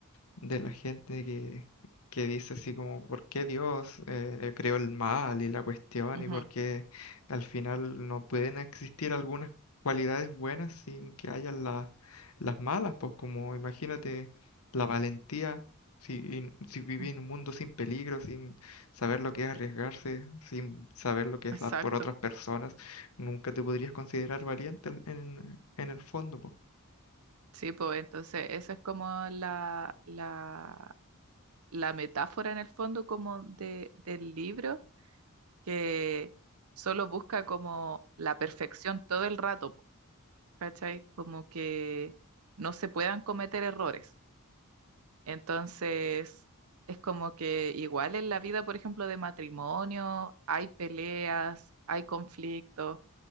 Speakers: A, on the left; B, on the right.
A: de la gente que, que dice así como, ¿por qué Dios eh, creó el mal y la cuestión?
B: Ujú,
A: ¿Y por qué al final no pueden existir algunas cualidades buenas sin que haya la- las malas? Pues como imagínate la valentía, si, in- si viví
B: ujú,
A: en un mundo sin peligro, sin saber lo que es arriesgarse, sin saber lo que es
B: Exacto.
A: dar por otras personas, nunca te podrías considerar valiente en, en el fondo, pues.
B: Sí, pues entonces eso es como la, la, la metáfora en el fondo como de, del libro que solo busca como la perfección todo el rato, po, ¿cachai? Como que no se puedan cometer errores. Entonces, es como que igual en la vida, por ejemplo, de matrimonio, hay peleas, hay conflictos,